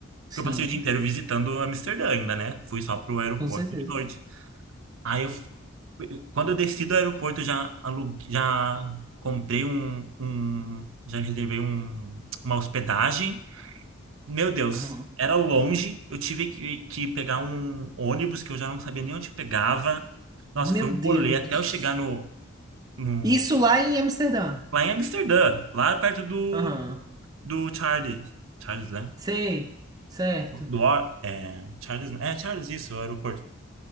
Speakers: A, on the right; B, on the right.
A: Sim,
B: porque eu passei o dia inteiro visitando Amsterdã ainda, né? Fui só pro aeroporto
A: com certeza.
B: de noite. Aí eu, f- quando eu desci do aeroporto, eu já aluguei, já comprei um, um, já reservei um, uma hospedagem. Meu Deus,
A: Aham.
B: era longe. Eu tive que, que pegar um ônibus que eu já não sabia nem onde pegava. Nossa,
A: Meu
B: foi um
A: Deus.
B: rolê até eu chegar no, no-
A: Isso lá em Amsterdã.
B: lá em Amsterdã, lá perto do,
A: Aham.
B: do Charles. Charles, né?
A: Sei. Certo.
B: Do, Ar- é, Charles, é, Charles, isso, o aeroporto.